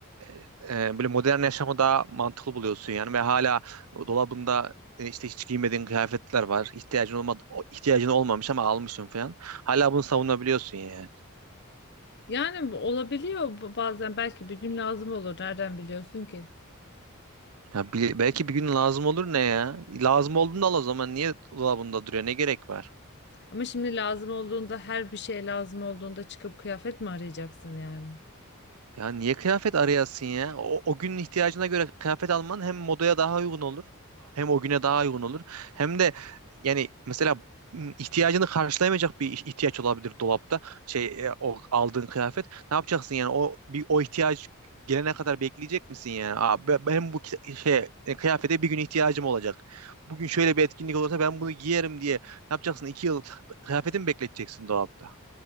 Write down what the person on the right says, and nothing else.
e, e, böyle modern yaşamı daha mantıklı buluyorsun yani ve hala dolabında e, işte hiç giymediğin kıyafetler var. İhtiyacın olmadı, o- ihtiyacın olmamış ama almışsın falan. Hala bunu savunabiliyorsun yani.
Ya bile- belki bir gün lazım olur ne ya? Lazım olduğunda al o zaman. Niye dolabında duruyor? Ne gerek var?
Ya niye kıyafet arayasın ya? O, o günün ihtiyacına göre kıyafet alman hem modaya daha uygun olur, hem o güne daha uygun olur. Hem de yani mesela m, ihtiyacını karşılayamayacak bir ihtiyaç olabilir dolapta. Şey e, o aldığın kıyafet. Ne yapacaksın yani? O bir o ihtiyaç gelene kadar bekleyecek misin yani? Aa, be- ben bu kita- şey e, kıyafete bir gün ihtiyacım olacak. Bugün şöyle bir etkinlik olursa ben bunu giyerim diye. Ne yapacaksın? İki yıl kıyafetimi bekleteceksin dolapta.